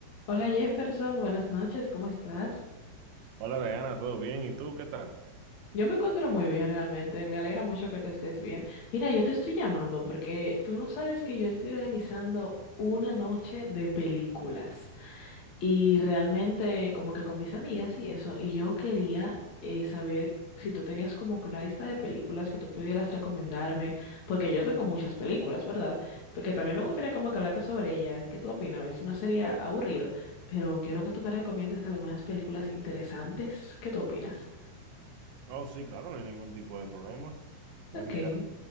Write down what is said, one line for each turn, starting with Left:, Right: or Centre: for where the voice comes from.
Left: Hola Jefferson, buenas noches, ¿cómo estás?
Right: Hola, Diana, ¿todo bien? ¿Y tú qué tal?
Left: Yo me encuentro muy bien realmente, me alegra mucho que tú estés bien. Mira, yo te estoy llamando porque tú no sabes que yo estoy organizando una noche de películas y realmente como que con mis amigas y eso, y yo quería eh, saber si tú tenías como que una lista de películas que tú pudieras recomendarme, porque yo tengo muchas películas, ¿verdad? Porque también me gustaría como que hablarte sobre ellas, a ver qué tú opinas, a ver si no sería aburrido, pero quiero que tú me recomiendes algunas películas interesantes, ¿qué tú opinas?
Right: Oh, sí, claro, no hay ningún tipo de problema. Pues
Left: Ok.
Right: mira,